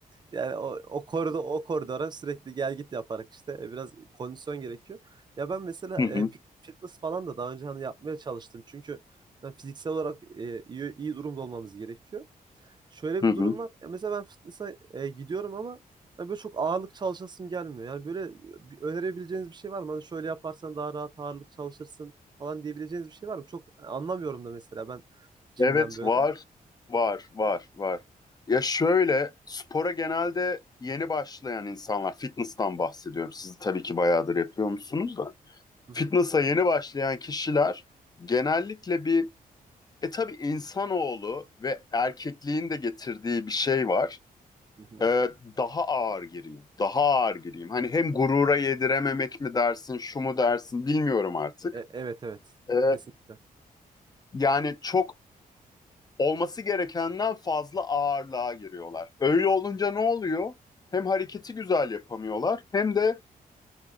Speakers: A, on the right (about 30°); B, on the left (about 25°).
A: Yani o, o koridor o koridora sürekli gel git yaparak işte e, biraz kondisyon gerekiyor. Ya ben mesela
B: Hı hı.
A: e, fit- fitness falan da daha önce hani yapmaya çalıştım. Çünkü ben fiziksel olarak e, iyi iyi durumda olmamız gerekiyor. Şöyle
B: Hı
A: bir
B: hı.
A: durum var. Ya Mesela ben fitness'a e, gidiyorum ama hani böyle çok ağırlık çalışasım gelmiyor. Yani böyle bir, önerebileceğiniz bir şey var mı? Hani şöyle yaparsan daha rahat ağırlık çalışırsın falan diyebileceğiniz bir şey var mı? Çok e, anlamıyorum da mesela ben jimden
B: Evet
A: böyle.
B: var, var, var, var. Ya şöyle, spora genelde yeni başlayan insanlar, fitness'tan bahsediyorum. Siz tabii ki bayağıdır yapıyor musunuz da.
A: Hı
B: Fitness'a
A: hı.
B: yeni başlayan kişiler genellikle bir, e tabii insanoğlu ve erkekliğin de getirdiği bir şey var.
A: Hı hı.
B: Ee, daha ağır gireyim, daha ağır gireyim. Hani hem gurura yedirememek mi dersin, şu mu dersin bilmiyorum artık.
A: E- evet evet.
B: Ee,
A: Kesinlikle.
B: yani çok olması gerekenden fazla ağırlığa giriyorlar. Öyle olunca ne oluyor? Hem hareketi güzel yapamıyorlar hem de